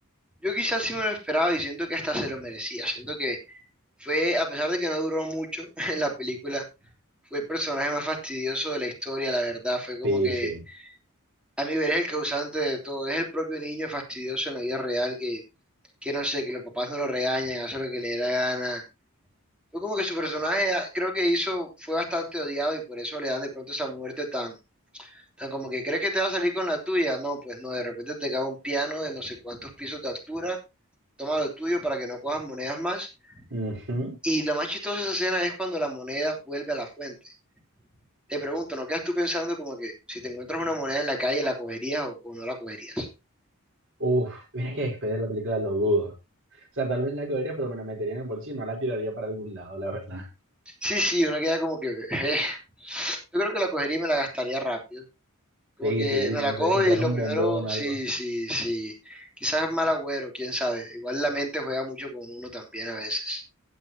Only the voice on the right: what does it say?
Sí,
sí.
Ujú.
Uf, mira que después de la película lo dudo. O sea, tal vez la cogería, pero me la metería en el bolsillo y no la tiraría para algún lado, la verdad.
Sí,
sí,
no
sé, compras
un
bombón, algo.